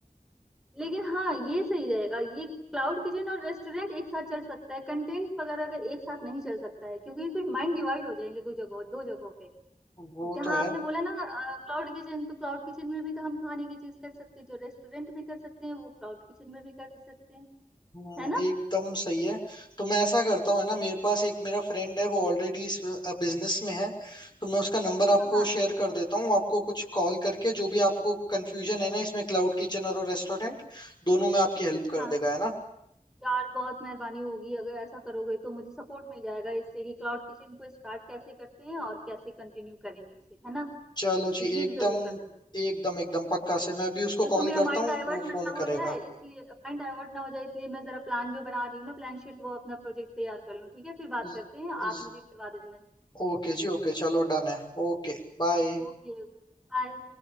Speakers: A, in the centre; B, on the left (about 30°).
A: लेकिन हाँ ये सही रहेगा ये क्लाउड किचन और रेस्टोरेंट एक साथ चल सकता है कंटेंट वगैरह का एक साथ नहीं चल सकता है क्योंकि फिर माइंड डिवाइड हो जाएंगे दो जगहों दो जगहों पे
B: वो
A: जहाँ
B: तो है
A: आपने बोला ना क्लाउड किचन तो क्लाउड किचन में भी तो हम खाने की चीज कर सकते हैं जो रेस्टोरेंट में कर सकते हैं वो क्लाउड किचन में भी कर सकते हैं
B: हम्म,
A: है ना
B: एकदम सही है तो मैं ऐसा करता हूँ है ना मेरे पास एक मेरा फ्रेंड है वो ऑलरेडी इस बिजनेस में है तो मैं उसका नंबर आपको
A: हाँ हाँ
B: शेयर कर देता हूँ आपको कुछ कॉल करके जो भी आपको कंफ्यूजन है ना इसमें क्लाउड किचन और रेस्टोरेंट दोनों में आपकी हेल्प कर
A: हाँ
B: देगा है ना
A: यार बहुत मेहरबानी होगी अगर ऐसा करोगे तो मुझे सपोर्ट मिल जाएगा इससे कि क्लाउड किचन को स्टार्ट कैसे करते हैं और कैसे कंटिन्यू करेंगे उसे है ना तो
B: चलो जी
A: ये
B: एकदम
A: जरूर कर
B: एकदम एकदम पक्का से मैं अभी उसको
A: देखो
B: कॉल
A: मेरा
B: करता
A: माइंड
B: हूँ
A: डाइवर्ट
B: वो
A: ना
B: फोन
A: हो
B: करेगा
A: जाए इसलिए माइंड डाइवर्ट ना हो जाए इसलिए मैं जरा प्लान जो बना रही हूँ ना प्लान शीट वो अपना प्रोजेक्ट तैयार कर लूँ ठीक है फिर बात
B: ज-
A: करते हैं आप
B: ज-
A: मुझे मिलवा देना
B: ओके जी ओके चलो डन है Okay bye
A: Okay bye